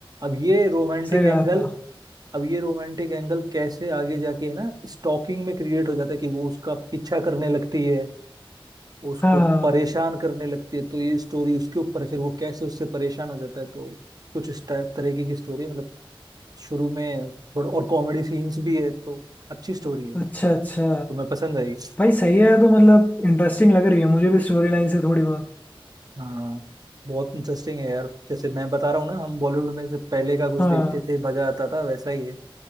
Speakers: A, on the right; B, on the left.
A: अब ये रोमांटिक
B: सही
A: एंगल
B: बात है
A: अब ये रोमांटिक एंगल कैसे आगे जाके है ना स्टॉकिंग में क्रिएट हो जाता है कि वो उसका पीछा करने लगती है उसको
B: हाँ
A: परेशान करने लगती है तो ये स्टोरी उसके ऊपर है फिर वो कैसे उससे परेशान हो जाता है तो कुछ इस टाइप तरीके की स्टोरी है। मतलब शुरू में थोड़ा और कॉमेडी सीन्स भी है तो अच्छी स्टोरी है
B: अच्छा अच्छा
A: तुम्हें पसंद आई
B: भाई सही है तो मतलब इंटरेस्टिंग लग रही है मुझे भी स्टोरी लाइन से थोड़ी बहुत
A: हाँ बहुत इंटरेस्टिंग है यार जैसे मैं बता रहा हूँ ना हम बॉलीवुड में से पहले का कुछ
B: हाँ
A: देखते थे मजा आता था वैसा ही है